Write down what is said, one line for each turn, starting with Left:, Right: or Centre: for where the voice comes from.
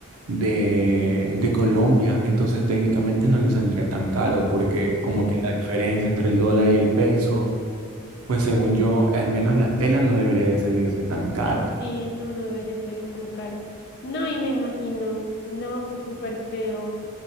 Right: de, de Colombia, entonces técnicamente no le saldría tan caro, porque como
Left: Mm.
Right: que la diferencia entre el dólar y el peso, pues según yo, al menos la tela no debería de salirse tan cara.
Left: Sí, no, no debería salir tan caro. No, y me imagino, no, pues súper feo,